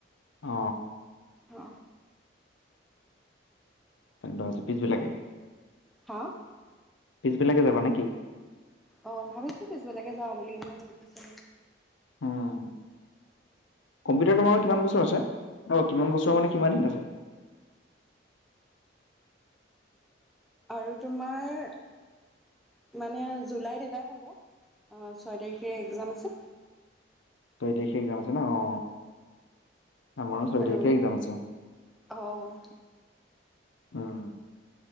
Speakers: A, on the left (about 85°); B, in the centre.
A: অ,
B: অ
A: <inaudible> বিলাকে
B: হা?
A: পিছবিলাকে যাবা নেকি?
B: অ, ভাবিছো পিছবেলকে যাওঁ বুলি ই ৰদ দিছে।
A: হম, কম্পিউটাৰ কমাৰৰ কিমান বছৰ আছে অ কিমান বছৰ মানে কিমান আছে?
B: আৰু তোমাৰ মানে জুলাইত এটাই হ'ব। অ, ছয় তাৰিখে একজাম আছে।
A: তই এতিয়া শেষ যাম আছে ন? অ, আমাৰো ছয়
B: আৰু
A: তাৰিখেই একজাম আছে।
B: অঁ
A: হম।